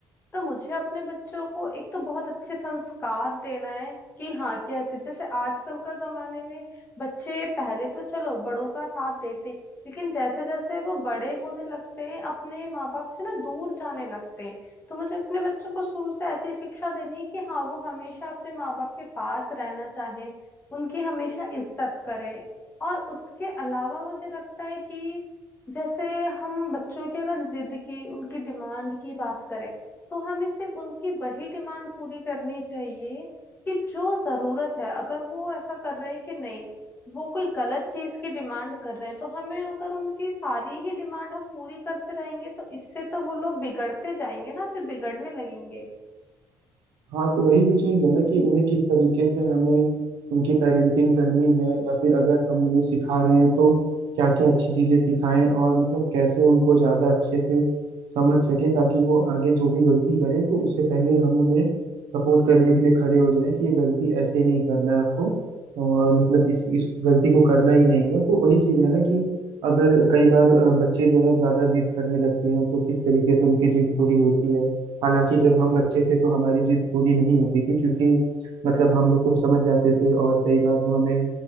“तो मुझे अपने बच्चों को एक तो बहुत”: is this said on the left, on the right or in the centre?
Left